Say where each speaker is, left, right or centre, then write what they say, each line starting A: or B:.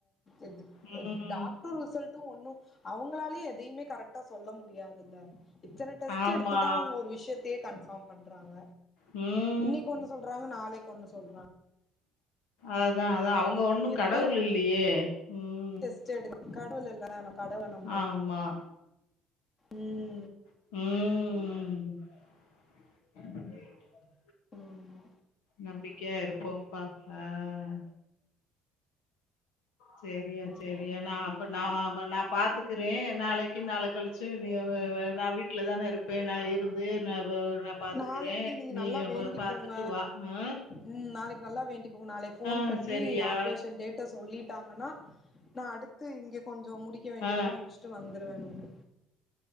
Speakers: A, on the left; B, on the left.
A: இது
B: ம்.
A: டாக் டு ரிசல்ட்டு ஒன்னு அவங்களாலே எதையுமே கரெக்டா சொல்ல முடியாதுல்ல இத்தன டெஸ்ட்
B: ஆமா.
A: எடுத்துதா அவுங்க ஒரு விஷ்யத்தையே கன்ஃபார்ம் பண்றாங்க
B: ம்
A: இன்னைக்கு ஒன்னு சொல்றாங்க நாளைக்கு ஒன்னு சொல்றாங்க
B: அதா அதா அவங்க ஒன்னு
A: எத்தன
B: கடவுள் இல்லையே ம்
A: டெஸ்ட் எடுக் கடவுள் இல்லல நம் கடவுள நம்புவோ
B: ஆமா.
A: ம்
B: ம்
A: ஆமா
B: நம்பிக்கையா இருப்போம்ப்பா அ செரியா
A: ஆமா
B: செரியா நா இப்ப நா வ நா பாத்துக்குறே நாளைக் நாள கழிச்சு வ வ வ நா வீட் வீட்ல தான இருப்பே நா இருந்து நா வ நான் பாத்துக்கிறேன்.
A: நாளைக்கி நீங்க
B: நீ
A: நல்லா வேண்டிக்கோங்க
B: வ பாத்துட்டு வா. ஆ.
A: ம் நாளைக்கு நல்லா வேண்டிக்கோங்க நாளைக் ஃபோன்
B: ஆ
A: பண்ணி
B: சரியா.
A: ஆப்ரேஷன் டேட்ட சொல்லிட் டாங்கன்னா நா அடுத்து இங்க கொஞ்சோ முடிக்க வேண்டியதெல்லா
B: ஆ.
A: முட்ச்சுட்டு வந்துருவே நானு